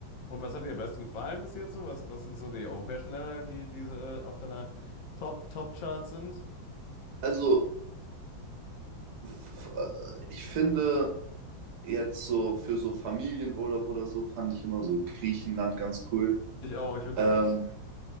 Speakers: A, on the left; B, on the right.
A: Und was hat dir am besten gefallen bis jetzt so? Was, was sind so die europäischen Länder, die, die so, äh, auf deiner Top, Top-Chart sind?
B: Also, f- äh, ich finde jetzt so für so Familienurlaub oder so fand ich immer so Griechenland ganz cool.
A: Ich auch, ich bin
B: Ähm,
A: weg.